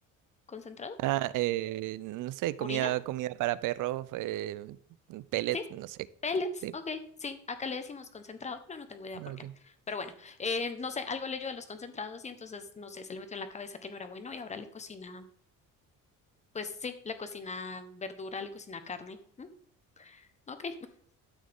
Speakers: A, on the left (about 20°); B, on the right (about 70°).
A: ¿Concentrado?
B: Ah, eh, no sé,
A: ¿Purina?
B: comida, comida para perros, eh, pellet,
A: Sí,
B: no sé.
A: pellets,
B: Sí,
A: ok, sí, acá le decimos concentrado, pero no tengo idea por
B: ah,
A: qué.
B: ok.
A: Pero bueno, eh, no sé, algo leyó de los concentrados y entonces, no sé, se le metió en la cabeza que no era bueno y ahora le cocina, pues sí, le cocina verdura, le cocina carne. Mm, Ok,